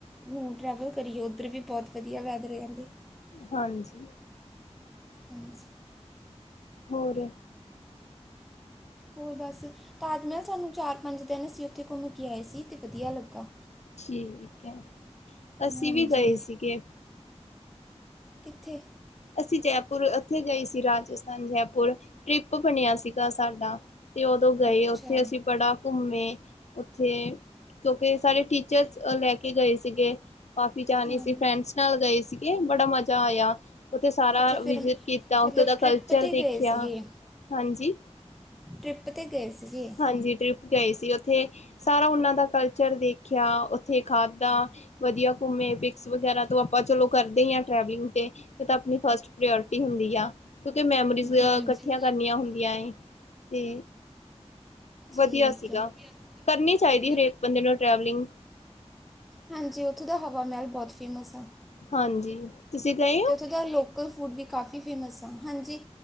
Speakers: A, in the centre; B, on the left (about 75°).
A: ਨੂੰ ਟਰੈਵਲ ਕਰੀਏ, ਉੱਧਰ ਵੀ ਬਹੁਤ ਵਧੀਆ ਵੈਦਰ ਐ ਕਹਿੰਦੇ।
B: ਹਾਂਜੀ।
A: ਹਾਂਜੀ।
B: ਹੋਰ
A: ਹੋਰ ਬਸ ਤਾਜ ਮਹਿਲ ਸਾਨੂੰ ਚਾਰ ਪੰਜ ਦਿਨ ਅਸੀਂ ਉੱਥੇ ਘੁੰਮ ਕੇ ਆਏ ਸੀ ਤੇ ਵਧੀਆ ਲੱਗਾ।
B: ਠੀਕ ਅਸੀਂ
A: ਹਾਂਜੀ
B: ਵੀ ਗਏ ਸੀਗੇ।
A: ਕਿੱਥੇ?
B: ਅਸੀਂ ਜੈਪੁਰ ਉੱਥੇ ਗਏ ਸੀ, ਰਾਜਸਥਾਨ ਜੈਪੁਰ ਟ੍ਰਿਪ ਬਣਿਆ ਸੀਗਾ ਸਾਡਾ। ਤੇ ਉਦੋਂ ਗਏ
A: ਅੱਛਾ
B: ਉੱਥੇ ਅਸੀਂ ਬੜਾ ਘੁੰਮੇ ਉੱਥੇ ਕਿਉਂਕਿ ਸਾਡੇ ਟੀਚਰਸ ਅ ਲੈ ਕੇ ਗਏ ਸੀਗੇ। ਕਾਫੀ ਜਾਣੇ
A: ਹਾਂਜੀ
B: ਸੀ ਫਰੈਂਡਸ ਨਾਲ ਗਏ ਸੀਗੇ ਬੜਾ ਮਜ਼ਾ ਆਇਆ। ਉੱਥੇ ਸਾਰਾ
A: ਅੱਛਾ ਫਿਰ,
B: ਵਿਜਿਟ ਕੀਤਾ ਉੱਥੋਂ
A: ਮਤਲਬ
B: ਦਾ ਕਲਚਰ
A: ਟ੍ਰਿਪ ਤੇ
B: ਦੇਖਿਆ
A: ਗਏ ਸੀਗੇ।
B: ਹਾਂਜੀ
A: ਟ੍ਰਿਪ ਤੇ ਗਏ ਸੀ ਜੀ।
B: ਹਾਂਜੀ, ਟ੍ਰਿਪ ਗਏ ਸੀ ਉੱਥੇ ਸਾਰਾ ਉਹਨਾਂ ਦਾ ਕਲਚਰ ਦੇਖਿਆ ਉੱਥੇ ਖਾਧਾ ਵਧੀਆ ਘੁੰਮੇ ਪਿਕਸ ਵਗੈਰਾ ਤੋਂ ਆਪਾਂ ਚਲੋ ਕਰਦੇ ਐ ਟਰੈਵਲਿੰਗ ਤੇ। ਓਤਾਂ ਆਪਣੀ ਫਸਟ ਪ੍ਰੋਰੇਟੀ ਹੁੰਦੀ ਆ, ਕਿਉਂਕਿ ਮੈਮੋਰੀਜ਼ ਇਕੱਠੀਆਂ
A: ਹਾਂਜੀ
B: ਕਰਨੀਆਂ ਹੁੰਦੀਆਂ ਐ। ਤੇ
A: ਠੀਕ
B: ਵਧੀਆ ਸੀਗਾ
A: ਹੈ ਅਤੇ
B: ਕਰਨੀ ਚਾਹੀਦੀ ਏ ਹਰੇਕ ਬੰਦੇ ਨੂੰ ਟਰੈਵਲਿੰਗ।
A: ਹਾਂਜੀ ਉੱਥੋਂ ਦਾ ਹਵਾ ਮਹਿਲ ਬਹੁਤ ਫੇਮਸ ਆ।
B: ਹਾਂਜੀ। ਤੁਸੀਂ ਗਏ ਹੋ
A: ਤੇ ਉੱਥੇ ਤਾਂ ਲੋਕ ਲ ਫੂਡ ਵੀ ਕਾਫੀ ਫੇਮਸ ਆਾਂ, ਹਾਂਜੀ